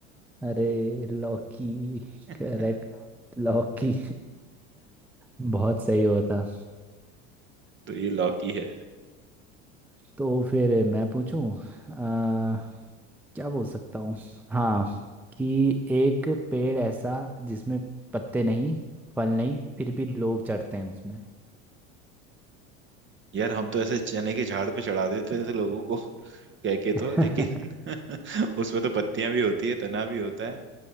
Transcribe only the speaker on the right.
<laughs>
तो ये लौकी है
यार हम तो ऐसे चने के झाड़ पे चढ़ा देते थे लोगों को कह के तो लेकिन
<laughs> उसमें तो पत्तियां भी होती है तना भी होता है